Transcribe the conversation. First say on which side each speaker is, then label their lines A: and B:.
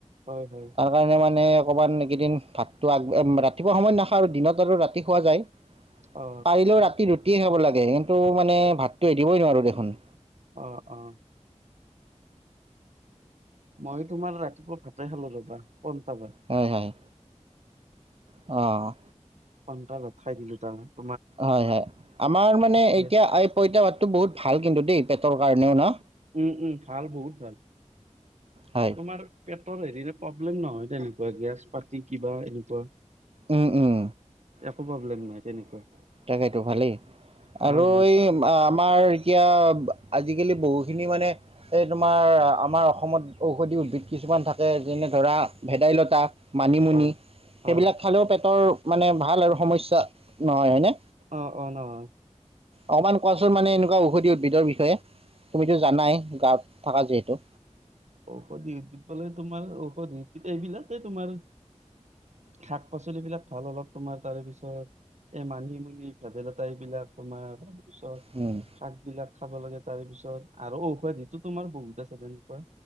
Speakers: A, on the right; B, on the right.
A: হয় হয়।
B: তাৰ কাৰণে মানে অকণমান এইকেইদিন ভাতটো আগ ৰাতিপুৱা সময়ত নাখাওঁ আৰু দিনত আৰু ৰাতি খোৱা যায়। <inaudible>
A: অ।
B: পাৰিলেও ৰাতি ৰুটিয়ে খাব লাগে, কিন্তু মানে ভাতটো এৰিবই নোৱাৰো দেখোন।
A: অ অঁ। মই তোমাৰ ৰাতিপুৱা ভাতে খালো ৰবা পন্টা ভাত।
B: হয় হয়। অঁ।
A: পন্তা ভাত খাই দিলো দুটামান।
B: হয় হয় আমাৰ মানে
A: গেছ
B: এতিয়া আই পঁইতা ভাতটো বহুত ভাল কিন্তু দেই পেটৰ কাৰণেও ন?
A: উম উম ভাল বহুত ভাল,
B: হয়
A: তোমাৰ পেটৰ হেৰিৰে প্ৰব্লেম নহয় তেনেকুৱা গেছ পাতি কিবা এনেকুৱা।
B: উম উম।
A: একো প্ৰব্লেম নাই তেনেকুৱা।
B: তাকেইটো ভালেই
A: ভাল
B: আৰু
A: মানে
B: এই আমাৰ এতিয়া আজিকালি বহুখিনি মানে এই তোমাৰ আমাৰ অসমত ঔষধি উদ্ভিদ কিছুমান থাকে যেনে ধৰা ভেদাইলতা মানিমুনি
A: হয়। হয়,
B: সেইবিলাক খালেও পেটৰ মানে ভাল আৰু সমস্যা নহয়, হয়নে?
A: অ অ নহয়।
B: অকণমান কোৱাচোন মানে এনেকুৱা ঔষধি উদ্ভিদৰ বিষয়ে তুমিতো জানাই গাঁৱত থাকা যিহেতু।
A: ঔষধি উদ্ভিদ কলে তোমাৰ ঔষধি উ এইবিলাকে তোমাৰ শাক পাচলিবিলাক ভাল অলপ তোমাৰ তাৰেপিছত। এই মানিমুনি ভেদাইলতা এইবিলাক তোমাৰ তাৰপিছত
B: উম।
A: শাক বিলাক খাব লাগে তাৰেপিছত আৰু ঔষধি সেইটো তোমাৰ বহুত আছে তেনেকুৱা।